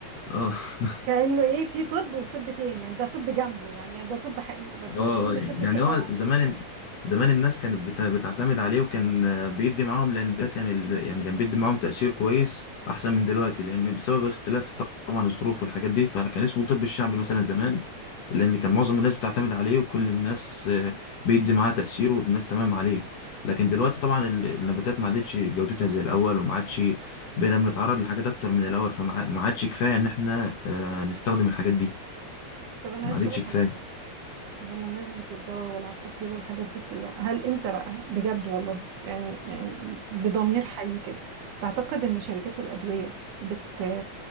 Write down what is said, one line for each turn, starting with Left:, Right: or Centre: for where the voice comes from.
Left: اه <laughs>
Right: كأنه ايه في طب وطب تاني يعني ده طب جنبه يعني يعني ده طب حقيقي بس
Left: اه
Right: هو فيلم
Left: آه، يعني
Right: طب
Left: يعني
Right: ش... اه
Left: هو زمان زمان الناس كانت بت- بتعتمد عليه وكان آه، بيدي معاهم لان ده كان ال... يعني كان بيدي معاهم تأثير كويس احسن من دلوقتي لان بسبب اختلاف طبعا الظروف والحاجات دي فكان اسمه الطب الشعبي مثلا زمان لان كان معظم الناس بتعتمد عليه وكل الناس آه، بيدي معاه تأثير والناس تمام عليه لكن دلوقتي طبعا ال- النباتات ما عادتش جودتها زي الاول وما عادش بقينا بنتعرض لحاجات اكتر من الاول فما ما عادش كفاية ان احنا آه، نستخدم الحاجات دي
Right: طب انا
Left: ما
Right: عايز
Left: عادتش
Right: اسالك
Left: كفاية
Right: على حاجه بمناسبة الدواء والعقاقير والحاجات دي كلها هل انت بقى بجد والله يعني يعني بضمير حي كده تعتقد ان شركات الأدوية بت